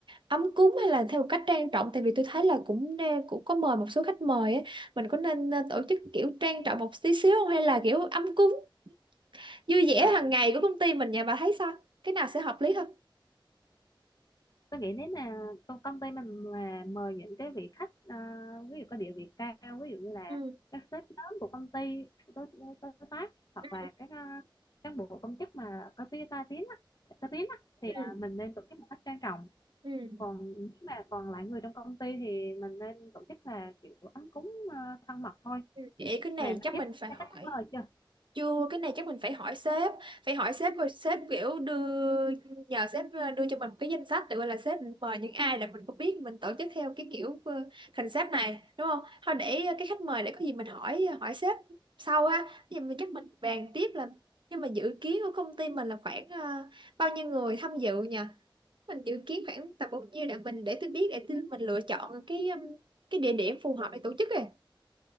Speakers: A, on the right; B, on the left.
A: ấm cúng hay là theo một cách trang trọng tại vì tôi thấy là cũng đe- cũng có mời một số khách mời á, mình có nên ờ, tổ chức kiểu trang trọng một tí xíu không hay là kiểu ấm cúng vui vẻ
B: À,
A: hàng ngày của công ty mình nhà bà thấy sao? Cái nào sẽ hợp lý hơn?
B: tôi nghĩ nếu mà công công ty mình mà mời những cái vị khách ờ, ví dụ có địa vị cao ví dụ như là
A: Ừ,
B: các sếp lớn của công ty đối, đối, đối tác hoặc
A: ừ,
B: là các ờ, cán bộ công chức mà có tiếng ta tiếng á có tiếng á thì
A: ừ,
B: ờ,
A: ừ,
B: mình nên tổ chức một cách trang trọng
A: ừ.
B: còn nếu mà còn lại người trong công ty thì mình nên tổ chức là kiểu ấm cúng ờ, thân mật thôi
A: Ừ. Vậy cái này
B: mà bạn
A: chắc
B: biết
A: mình phải hỏi.
B: các khách mời chưa
A: Chưa, cái này chắc mình phải hỏi sếp, phải hỏi sếp rồi sếp kiểu đưa nhờ sếp ờ, đưa cho mình một cái danh sách tự gọi là sếp mời những ai là mình không biết mình tổ chức theo cái kiểu ờ, concept này đúng không? Thôi để ờ, cái khách mời để có gì mình hỏi ờ, hỏi sếp sau ha. Thì mình chắc mình bàn tiếp là nhưng mà dự kiến của công ty mình là khoảng ờ, bao nhiêu người tham dự nhỉ? Mình dự kiến khoảng tầm bao nhiêu để mình để tôi biết để tôi mình lựa chọn cái um, cái địa điểm phù hợp để tổ chức rồi.